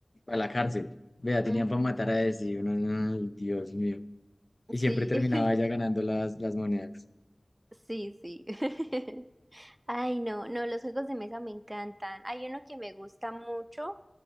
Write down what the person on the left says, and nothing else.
a la cárcel. Vea, tenían
para matar a ese. Y uno, "Ay, Dios mío. Y siempre
terminaba
ella ganando las, las monedas.